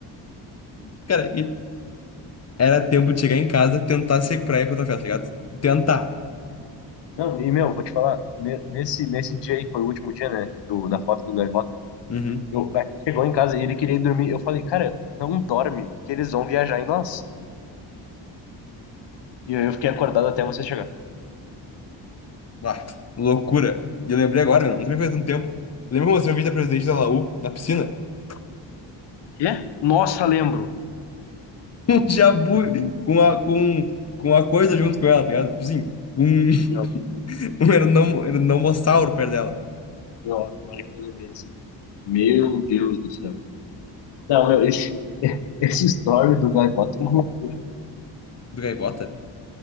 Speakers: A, on the left; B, on the left.
A: Cara, Era tempo de chegar em casa, tentar se recuperar e ir pra tua festa, tá ligado? Tentar.
B: Não, e meu, vou te falar, ne- nesse, nesse dia aí, que foi o último dia, né, do, da foto do Gaivota,
A: Uhum.
B: eu, a gente chegou em casa e ele queria ir dormir. Eu falei, cara, não dorme, que eles vão viajar em nós. E aí eu fiquei acordado até você chegar.
A: Ah, loucura. E eu lembrei agora, meu, não sei faz tanto tempo. Lembra quando eu mostrei o vídeo da presidente da Laú, na piscina? <laughs>
B: Quê? Nossa, lembro.
A: Um jabu
B: Hum,
A: com a, com, com a coisa junto com ela, tá ligado? Tipo Assim, um,
B: Meu,
A: <laughs> um ernom- ernomossauro perto dela.
B: meu, agora que eu lembrei desse. vídeo. Meu Deus do céu. Não, meu, esse, <laughs> esse story do Gaivota é uma loucura.
A: Do gaivota?